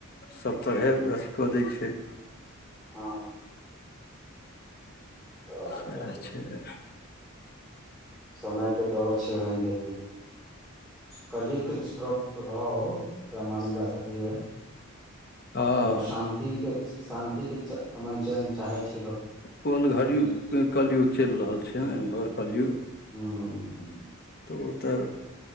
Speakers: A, on the left; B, in the centre.
A: सभ तरहे अथी कऽ दै छै,
B: हँ तऽ
A: सैह,
B: चलते
A: छै।
B: समयके दौड़ छै ओहन जे कि कलयुगके दुष्प्र प्रभाव एकरा मानल जा सकैए।
A: हँ
B: लोक शान्तिकके, शान्तिके अमन-चैन चाहै छै लोक
A: कौन घड़ी कलयुग चलि रहल छै घोर कलयुग
B: हूॅं
A: तऽ ओ तॅं